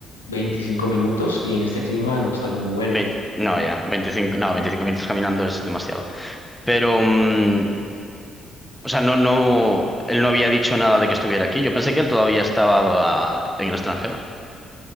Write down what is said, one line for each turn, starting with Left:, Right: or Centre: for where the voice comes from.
Left: 25 minutos y en este clima no es algo muy bueno.
Centre: 20 no, ya, 25, no, 25 minutos caminando es demasiado. Pero, mm, O sea, no, no, él no había dicho nada de que estuviera aquí. Yo pensé que él todavía estaba ah, en el extranjero.